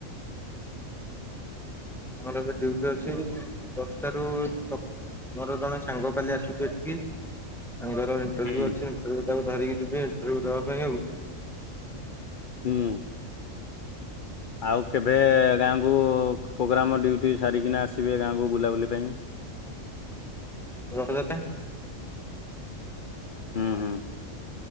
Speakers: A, in the centre; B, on the left (about 45°).
A: ଏଟା ଏବେ ଡ୍ୟୁଟି ଅଛି ଦଶଟା ରୁ ତ ମୋର ଜଣେ ସାଙ୍ଗ କାଲି ଆସୁଚି ଏଠିକି ସାଙ୍ଗର ଇରୁ
B: ହୁଁ
A: ଅଛି ତାକୁ ଧରିକି ଯିବେ ଇନଟ୍ରବ୍ୟୁ ଦେବା ପାଇଁ ଆଉ।
B: ହୁଁ। ଆଉ କେବେ ଗାଁକୁ ପ୍ରୋଗ୍ରାମ ଡ୍ୟୁଟି ସାରିକିନା ଆସିବେ ଗାଁକୁ ବୁଲାବୁଲି ପାଇଁ।
A: ରଖ ଦାତା।
B: ହୁଁ ହୁଁ।